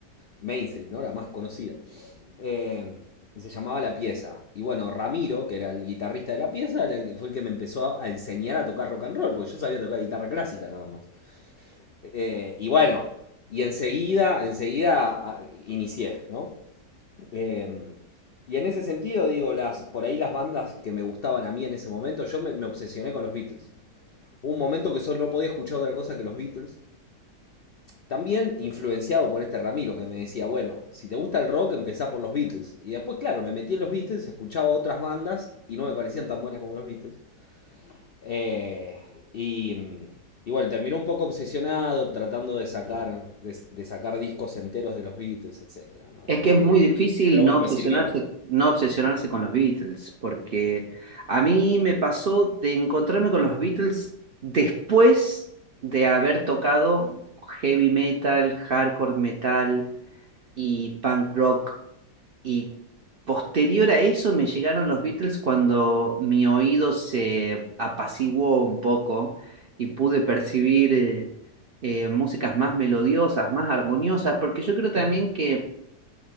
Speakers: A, on the left; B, on the right.
A: mainstream, ¿no? La más conocida. Eh, se llamaba La Pieza. Y bueno, Ramiro, que era el guitarrista de La Pieza, era el que- fue el que me empezó a, a enseñar a tocar rock and roll, porque yo sabía tocar guitarra clásica nada más. Eh, y bueno, y enseguida, enseguida ah, inicié, ¿no? Eh, y en ese sentido, digo, las, por ahí las bandas que me gustaban a mí en ese momento, yo me, me obsesioné con los Beatles. Hubo un momento que solo no podía escuchar otra cosa que los Beatles. También influenciado por este Ramiro que me decía, bueno, si te gusta el rock, empezá por los Beatles. Y después, claro, me metí en los Beatles, escuchaba otras bandas y no me parecían tan buenas como los Beatles. Eh, y, y bueno, terminó un poco obsesionado tratando de sacar, de, de sacar discos enteros de los Beatles, etcétera ¿no? La
B: Es
A: verdad
B: que es muy
A: que...
B: difícil
A: Pero bueno,
B: no
A: me
B: obsesionarse,
A: sirvió.
B: no obsesionarse con los Beatles, porque a mí me pasó de encontrarme con los Beatles después de haber tocado heavy metal, hardcore metal y punk rock. Y posterior a eso me llegaron los Beatles cuando mi oído se apaciguó un poco y pude percibir eh, eh, músicas más melodiosas, más armoniosas, porque yo creo también que